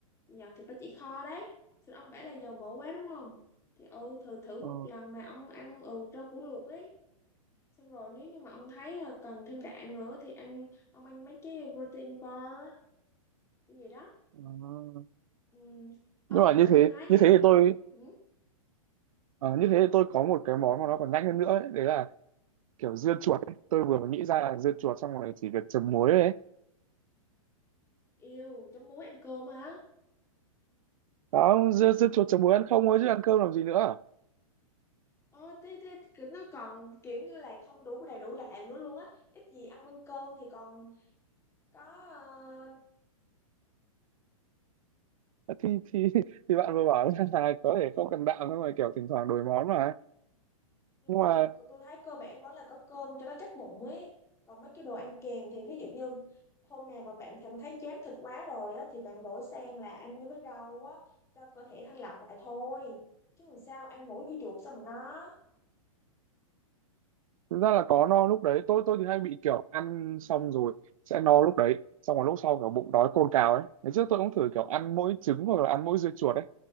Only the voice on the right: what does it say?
ờ,
ờ.
nhưng mà
như
thế
như thế thì tôi
Ờ, như thế thì tôi có một cái món mà nó còn nhanh hơn nữa ấy, đấy là kiểu dưa chuột ấy. Tôi vừa mới nghĩ ra là dưa chuột xong rồi chỉ việc chấm muối thôi ấy.
Đó, dưa, dưa chuột chấm muối ăn không thôi chứ ăn cơm làm gì nữa.
Thì thì <laughs> thì bạn vừa bảo là <laughs> có thể không cần đạm nhưng mà kiểu thỉnh thoảng đổi món mà.
Nhưng
mà
thực ra là có no lúc đấy, tôi tôi thì hay bị kiểu ăn xong rồi sẽ no lúc đấy, xong rồi lúc sau kiểu bụng đói cồn cào ấy. Ngày trước tôi cũng thử kiểu ăn mỗi trứng hoặc là ăn mỗi dưa chuột ấy.